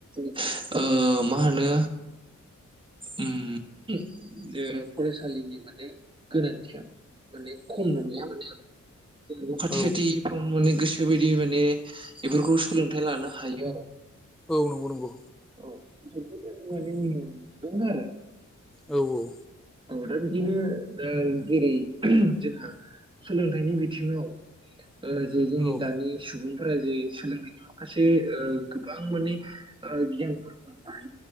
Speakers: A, on the right (about 15°); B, in the centre.
A: <unintelligible> ओ मा होनो ओम ओ फरायसालिनि माने गोनांथिया माने खम नंलिया माने आं ज <unintelligible> खाथि
B: औ
A: खाथिफ्राव माने गोसो बायदि माने बेफोरखौ सोलोंथाइ लानो हायो आरो
B: औ नंगौ नंगौ
A: <unintelligible> नियम दं आरो
B: औ औ
A: औ दा ओ बिदिनो जेरै जोंहा सोलोंथाइनि बिथिङाव ओ जे जोंनि
B: औ
A: दानि सुबुं फोरा जे सोलोंथाइनि माखासे ओ गोबां माने गियानफोर मोनबाय